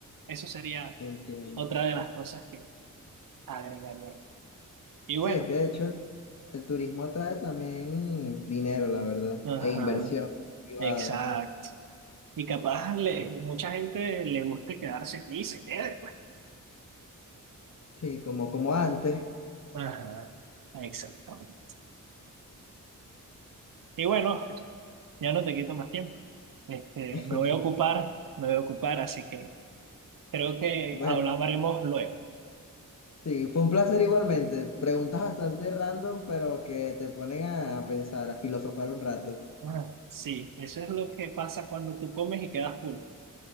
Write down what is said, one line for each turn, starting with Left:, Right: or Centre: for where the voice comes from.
Right: Eso sería
Left: Entiendo.
Right: otra de las cosas que agregaría. Y bueno,
Left: Sí, es que de hecho el, el turismo atrae también mm, dinero, la verdad,
Right: ajá,
Left: e inversión privada.
Right: exacto. Y capaz le, mucha gente le guste quedarse aquí y se quede, pues.
Left: Sí, como, como antes.
Right: Ajá, exactamente. Y bueno, ya no te quito más tiempo. Este,
Left: <laughs>
Right: me voy a ocupar, me voy a ocupar, así que creo que
Left: Bueno,
Right: hablaremos luego.
Left: sí, fue un placer igualmente. Preguntas bastante random, pero que te ponen a, a pensar, a filosofar un rato.
Right: Ajá. Sí, eso es lo que pasa cuando tú comes y quedas full.